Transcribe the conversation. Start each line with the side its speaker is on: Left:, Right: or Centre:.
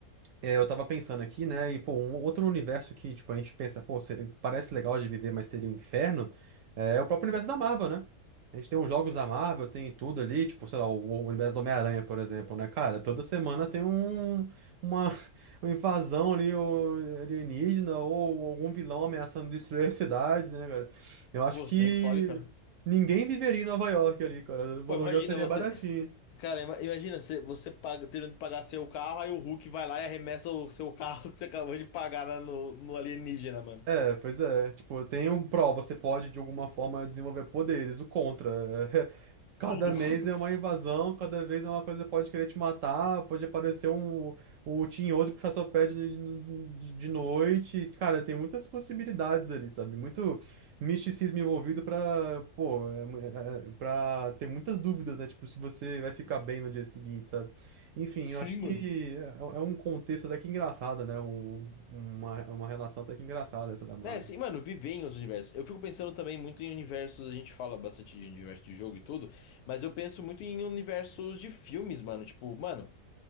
Right: é, eu tava pensando aqui, né? E, pô, um outro universo que, tipo, a gente pensa, pô, se- parece legal de viver, mas seria um inferno, é é o próprio universo da Marvel, né? A gente tem os jogos da Marvel, tem tudo ali, tipo, sei lá, o, o universo do Homem-Aranha, por exemplo, né? Cara, toda semana tem um, uma, <laughs> uma invasão ali, ou alienígena, ou algum vilão ameaçando destruir a cidade, né, cara? Eu acho
Left: Pô,
Right: que
Left: você nem fale, cara.
Right: ninguém viveria em Nova York ali, cara. O
Left: Pô,
Right: aluguel
Left: imagina
Right: seria
Left: você,
Right: baratinho.
Left: cara, ima- imagina você, você paga, tendo que pagar seu carro, aí o Hulk vai lá e arremessa o seu <laughs> carro que você acabou de pagar na- no, no alienígena, mano.
Right: É, pois é. Tipo, tem um pró, você pode de alguma forma desenvolver poderes. O contra, é, <laughs> cada
Left: Tudo.
Right: mês
Left: <laughs>
Right: é uma invasão, cada vez é uma coisa que pode querer te matar, pode aparecer um, o Tinhoso e puxar seu pé de, de, de noite. Cara, tem muitas possibilidades ali, sabe? Muito misticismo envolvido pra, pô, é, mu- é, é, pra ter muitas dúvidas, né? Tipo, se você vai ficar bem no dia seguinte, sabe? Enfim,
Left: Sim,
Right: eu acho que
Left: mano.
Right: é é um contexto até que engraçado, né? Um, uma, uma relação até que engraçada essa da Marvel.
Left: É, sim, mano, viver em outros universos. Eu fico pensando também muito em universos, a gente fala bastante de universo de jogo e tudo, mas eu penso muito em universos de filmes, mano. Tipo, mano,